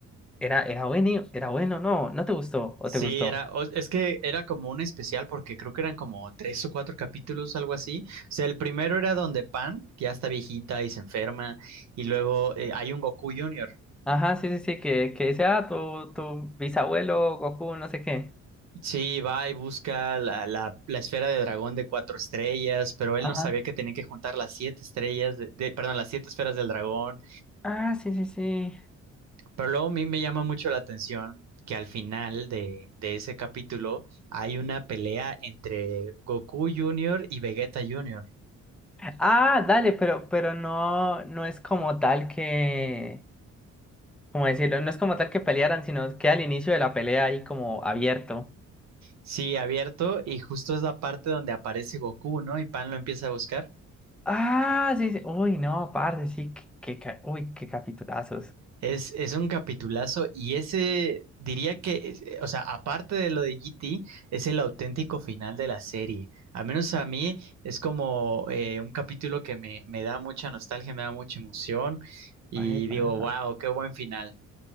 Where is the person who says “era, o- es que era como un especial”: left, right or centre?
Right